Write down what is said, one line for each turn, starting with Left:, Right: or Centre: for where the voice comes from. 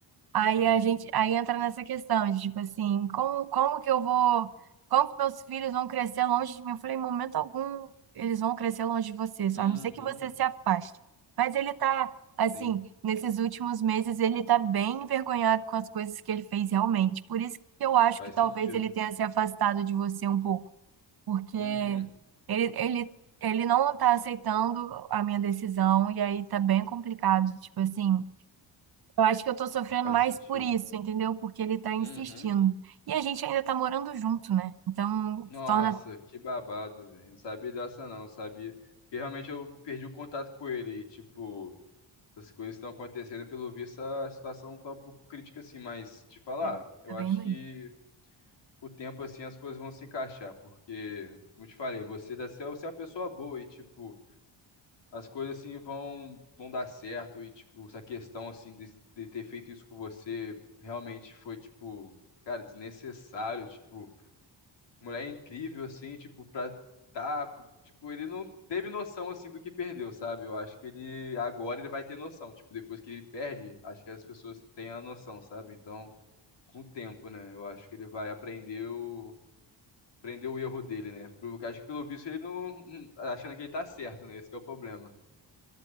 Right: Aí
Left: Sim.
Right: a gente, aí entra nessa questão, de, tipo assim, como, como que eu vou, como que meus filhos vão crescer longe de mim? Eu falei, em momento algum, eles vão crescer longe de você, só
Left: Uhum.
Right: a não ser que você se afaste. Mas ele tá, assim,
Left: Sim,
Right: nesses últimos meses, ele tá bem envergonhado com as coisas que ele fez realmente. Por isso que eu
Left: não,
Right: acho
Left: faz
Right: que talvez
Left: sentido.
Right: ele tenha se afastado de você um pouco, porque
Left: Uhum.
Right: ele, ele, ele não tá aceitando a minha decisão, e aí tá bem complicado, tipo assim. Eu acho que eu tô sofrendo
Left: Faz
Right: mais
Left: sentido.
Right: por isso, entendeu? Porque ele tá insistindo.
Left: Uhum.
Right: E a gente ainda tá morando junto, né? Então,
Left: Nossa,
Right: torna.
Left: que babado, velho. Não sabia dessa não, sabia? Porque realmente eu perdi o contato com ele e, tipo, as coisas estão acontecendo, pelo visto a situação tá um pouco crítica assim, mas te falar,
Right: É,
Left: eu
Right: Tá bem
Left: acho
Right: longe.
Left: que com o tempo assim as coisas vão se encaixar, porque, como eu te falei, você, deve ser- você é uma pessoa boa e, tipo, as coisas assim vão vão dar certo e tipo essa questão assim de, de ter feito isso com você realmente foi tipo cara desnecessário tipo mulher incrível assim tipo pra tá com- tipo ele não teve noção assim do que perdeu sabe eu acho que ele agora ele vai ter noção tipo depois que ele perde acho que as pessoas têm a noção sabe então com o tempo né eu acho que ele vai aprender o aprender o erro dele né porque acho que pelo visto ele não achando que ele tá certo né esse que é o problema